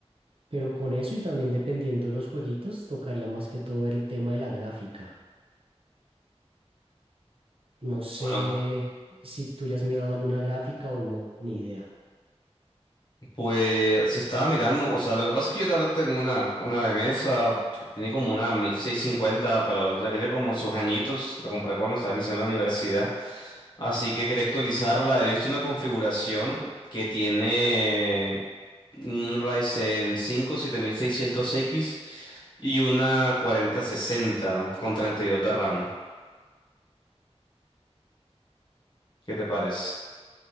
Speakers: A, on the right; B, on the left.
A: Pero con eso y también dependiendo de los jueguitos, tocaría más que todo ver el tema de la gráfica. No sé
B: Bueno,
A: si tú ya has mirado alguna gráfica o no, ni idea.
B: pues si estaba mirando, o sea, lo que pasa es que yo ahora tengo una, una de mesa que tiene como una mil seiscientos cincuenta pero ya tiene como sus añitos, la compré cuando estaba iniciando la universidad. Así que quería actualizarla. He visto una configuración que tiene un Ryzen 5 7600X y una 4060 con 32 de RAM. ¿Qué te parece?